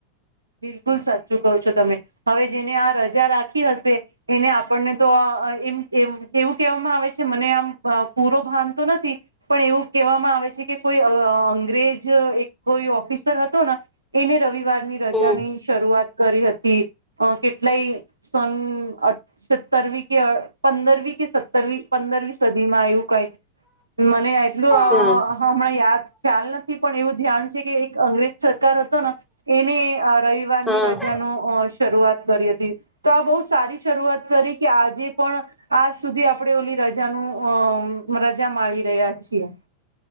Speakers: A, on the right; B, in the centre.
A: બિલકુલ સાચું કહો છો તમે. હવે જેને આ રજા રાખી હશે એને આપણને તો અહ એમ-એમ એવું કહેવામાં આવે છે મને આમ પૂરો ભાન તો નથી પણ એવું કહેવામાં આવે છે કે કોઈ અહ અ અંગ્રેજ એક કોઈ ઓફિસર હતો ના એને રવિવારની ર
B: હમ
A: જા ની શરૂઆત કરી હતી. અહ કેટલાય સન સતરવી કે પંદરવી કે સત્તરવી પંદરવી સદી માં આવું કાઈ. મને એટલું હ-હ
B: હમ
A: હમણાં યાદ ખ્યાલ નથી પણ એવું ધ્યાન છે કે એક અંગ્રેજ સરકાર હતો ના એને અહ રઈવારની
B: હા
A: રજાનો અહસ શરૂઆત કરી હતી, તો આ બહું સારી શરૂઆત કરી કે આજે પણ આજ સુધી આપણે ઓલી રજાનું અહ રજા માળી રહ્યા છીએ.